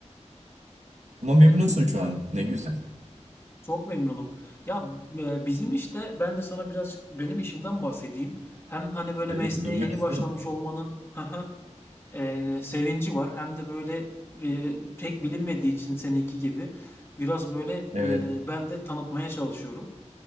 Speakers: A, on the right; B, on the left.
A: ama
B: evet
A: memnunsun şu an. Ne güzel.
B: çok memnunum. Ya e, bizim işte ben de sana birazcık benim işimden bahsedeyim. Hem hani böyle
A: Evet
B: mesleğe
A: duymak
B: yeni
A: isterim.
B: başlamış olmanın <laughs> e, sevinci var. Hem de böyle e, pek bilinmediği için seninki gibi biraz böyle
A: Evet.
B: e, ben de tanıtmaya çalışıyorum.